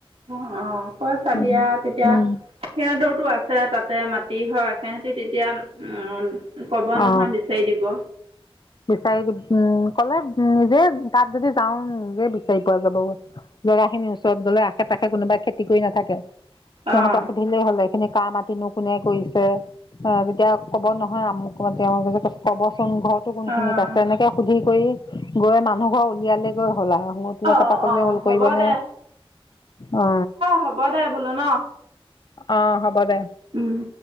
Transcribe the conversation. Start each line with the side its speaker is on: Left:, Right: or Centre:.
Right: অ অ কৈ চাবি
Left: উম
Right: আও তেতিয়া
Left: উম
Right: সিহঁতৰো টো আছে তাতে মাটি হয় সিহতি তেতিয়া উ ক'ব
Left: অ
Right: নহয় বিচাৰি দিব
Left: বিচাৰি উম ক'লে নিজে তাত যদি যাওঁ নিজে বিচাৰি পোৱা যাব জেগা খিনিৰ ওচৰত গলে আশে পাশে কোনোবাই খেতি কৰি নাথাকে সিহঁতক
Right: অঁ
Left: সুধিলেই হ'লে এইখিনি কাম আতিনো কোনে কৰিছে অ তেতিয়া কব নহয় আমুকত কবচোন ঘৰত যাওঁ কবচোন ঘৰত সেইটো কোনখিনিত
Right: অঁ
Left: আছে এনেকে সুধি কৰি গৈ মানুহ ঘৰ উলিয়ালে গৈ শুলা শুই পেলাই
Right: অ
Left: তাৰপা কলে
Right: অ
Left: হল
Right: হ'ব
Left: কৰিব নে
Right: দে
Left: অ
Right: হ'ব দে বোলো ন
Left: অহ হব হব দে
Right: উম